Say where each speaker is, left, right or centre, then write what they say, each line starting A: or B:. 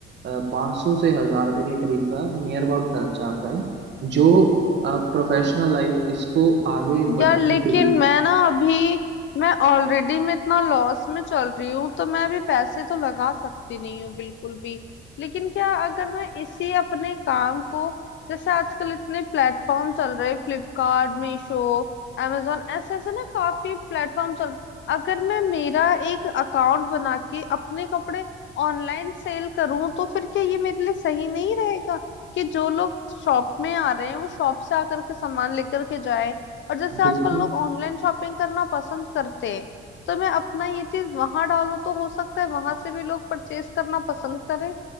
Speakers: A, on the right; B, on the left.
A: पाँच सौ से हजार रुपए के करीब का नियर अबाउट खर्चा आता है जो आप प्रोफेशनल लाइफ इसको आगे बढ़ाने
B: यार लेकिन
A: के लिए
B: मैं ना अभी मैं ऑलरेडी मैं इतना लॉस में चल रही हूँ तो मैं अभी पैसे तो लगा सकती नहीं हूँ बिल्कुल भी लेकिन क्या अगर मैं इसी अपने काम को जैसे आजकल इतने प्लेटफॉर्म चल रहे फ्लिपकार्ट मीशो amazon ऐसे ऐसे ना काफी प्लेटफॉर्म चल रहे अगर मैं मेरा एक अकाउंट बना के अपने कपड़े ऑनलाइन सेल करूँ तो फिर क्या ये मेरे लिए सही नहीं रहेगा कि जो लोग शॉप में आ रहे हैं वो शॉप से आकर के सामान लेकर के जाए और जैसे
A: देखो
B: आजकल लोग ऑनलाइन शॉपिंग करना पसंद करते हैं तो मैं अपना ये चीज वहां डालूं तो हो सकता है वहां से भी लोग परचेज करना पसंद करें